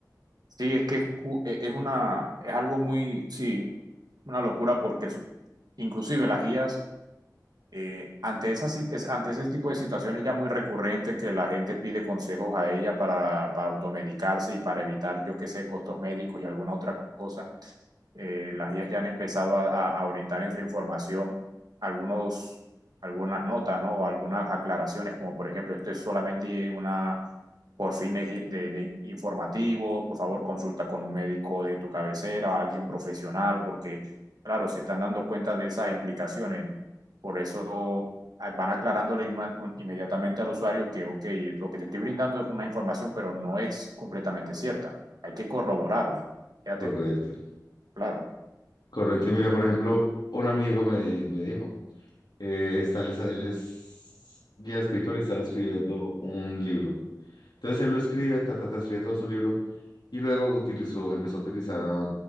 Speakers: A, on the right; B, on the left.
A: Sí, es que es, cu- e- es una, es algo muy, sí, una locura porque es- inclusive las guías, eh, ante esas, si- es- ante ese tipo de situaciones ya muy recurrentes que la gente pide consejos a ella para, para automedicarse y para evitar, yo qué sé, costos médicos y alguna otra cosa eh, las guías ya han empezado a, a orientar en su información algunos, algunas notas, ¿no? O algunas aclaraciones, como por ejemplo, esto es solamente una por fines de, de informativos, por favor consulta con un médico de tu cabecera, alguien profesional, porque claro, se están dando cuenta de esas implicaciones. Por eso ah, van aclarándole inma- inmediatamente al usuario que, ok, lo que te estoy brindando es una información, pero no es completamente cierta. Hay que corroborarla. Fíjate,
B: correcto.
A: claro.
B: Correcto. Y mira, por ejemplo, un amigo me, me dijo, eh, está, él, es- él es guía espiritual y estaba escribiendo un libro. Entonces él lo escribe, ta, ta, ta, escribe todo su libro y luego utilizó, empezó a utilizar a,